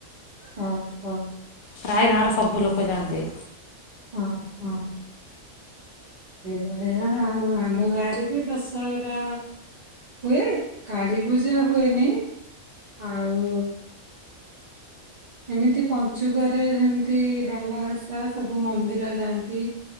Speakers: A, on the right; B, on the left.
A: ହଁ ହଁ।
B: ପ୍ରାୟ ଗାଁର ସବୁ ଲୋକ ଯାଆନ୍ତି।
A: ହଁ ହଁ। ସେଇଭଳିଆ ଆଉ ଆମ ଗାଁରେ ବି ଦଶହରା ହୁଏ, କାଳୀ ପୂଜା ହୁଏନି। ଆଉ ଏମିତି ପଞ୍ଚୁକରେ ସେମିତି ଡଙ୍ଗା ଭସା, ସବୁ ମନ୍ଦିର ଯାଆନ୍ତି,